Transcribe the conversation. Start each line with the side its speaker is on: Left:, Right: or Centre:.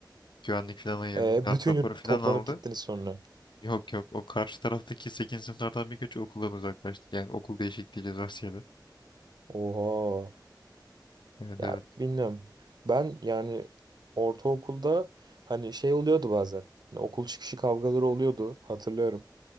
Left: güvenlik falan ayırdı.
Right: E,
Left: Darp
Right: bütün
Left: raporu
Right: yurt
Left: falan
Right: toplanıp
Left: aldı.
Right: gittiniz sonra.
Left: Yok yok o karşı taraftaki 8. sınıflardan birkaçı okuldan uzaklaştı. Yani okul değişikliği cezası yedi.
Right: Oha.
Left: Evet
Right: Ya
Left: evet.
Right: bilmiyorum. Ben yani ortaokulda hani şey oluyordu bazen. Hani okul çıkışı kavgaları oluyordu hatırlıyorum.